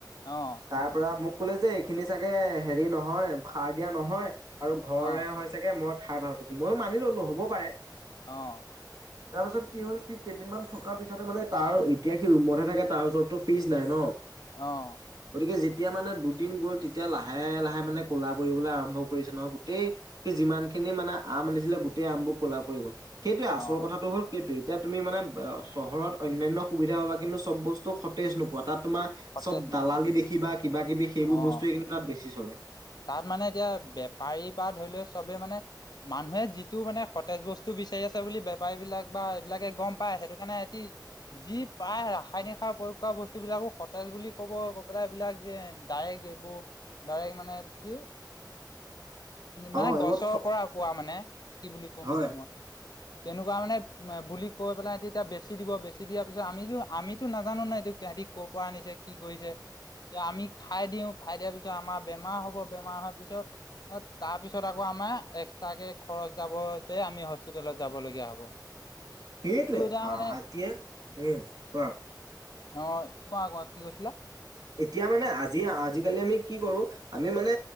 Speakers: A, on the left (about 60°); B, on the right (about 60°).
A: অ',
B: তাৰ পৰা মোক ক'লে যে এইখিনি চাগে হেৰি নহয় সাৰ দিয়া নহয় -- আৰু ঘৰৰে
A: অ',
B: হৈছাগে মই খাই ভাল পাইছোঁ ময়ো মানি ল'লোঁ হ'ব পাৰে।
A: অ',
B: তাৰ পাছত কি হ'ল সিক -- কেইদিনমান থকাৰ পিছতহে মানে তাৰ এতিয়া সি ৰুমতহে থাকে তাৰ ওচৰতো ফিজ নাই ন।
A: অ',
B: গতিকে যেতিয়া মানে দুদিন গ'ল তেতিয়া লাহে লাহে মানে ক'লা পৰিবলৈ আৰম্ভ কৰিছে নহ গোটেই -- সি যিমান খিনি মানে আম আনিছিলে গোটেই আমবোৰ ক'লা পৰি গ'ল সেইটোৱে
A: অ',
B: আচল কথাটো হ'ল সেইটোৱে এতিয়া -- তুমি মানে ব্ চহৰত অন্যান্য সুবিধা পাবা কিন্তু চব বস্তু সতেজ নোপোৱা তাত তোমাৰ
A: সতেজ
B: চব
A: নোপোৱা
B: দালালি দেখিবা কিবা কিবি সেইবোৰ
A: অ'।
B: বস্তুৱয়ে কিন্তু তাত বেছি চলে।
A: তাত মানে এতিয়া বেপাৰীৰ পৰা ধৰি লৈ চবে মানে মানুহে যি টো মানে সতেজ বস্তু বিচাৰি আছে বুলি বেপাৰী বিলাক বা এইবিলাকে গম পায় সেইটো কাৰণে এটি যি প্ৰায় ৰাসায়নিক সাৰ প্ৰয়োগ কৰা বস্তু বিলাকো সতেজ বুলি ক'ব <unintelligible> পেলাই এইবিলাক যেন ডাইৰেক্ট এইবোৰ ডাইৰেক্ট মানে কি মানে
B: অ এইবোৰ
A: গছৰ পৰা পোৱা মানে কি বুলি কম
B: হয়
A: এতিয়া মই! তেনেকুৱা মানে বুলি কৈ পেলাই তেতিয়া বেছি দিব বেছি দিয়াৰ পিছত আমিতো আমিতো নাজানো না এইটো <unintelligible> ক'ৰ পৰা আনিছে কি কৰিছে তিয়া আমি খাই দিও খাই দিয়াৰ পিছত আমাৰ বেমাৰ হ' ৰো বেমাৰ অহাৰ পিছত অ' তাৰ পিছত আকৌ আমাৰ এক্সট্ৰাকে খৰচ যাব যে আমি হস্পিতেলত যাব লগীয়া হ'ব। <inaudible>
B: এইটোৱে
A: এইটো এতিয়া
B: আতিয়া
A: মানে
B: উ কোৱা
A: অ' কোৱা কোৱা কি কৈছিলা?
B: এতিয়া মানে আজি আজিকালি আমি কি কৰো আমি মানে